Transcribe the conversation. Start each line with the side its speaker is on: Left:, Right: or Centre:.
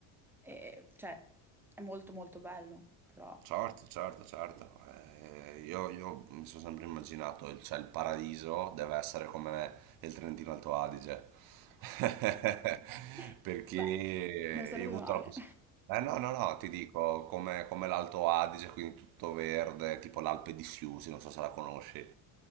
Centre: E, cioè, è molto molto bello, però...
Right: Certo, certo, certo. Eh, io, io mi sono sempre immaginato, il- cioè il paradiso deve essere come il Trentino Alto Adige. <laughs>
Centre: <laughs>
Right: Perché
Centre: Beh,
Right: io
Centre: non sarebbe
Right: ho
Centre: male.
Right: avuto la possibilità... Eh no, no, no, ti dico, come, come l'Alto Adige, quindi tutto verde, tipo l'Alpe di Siusi, non so se la conosci.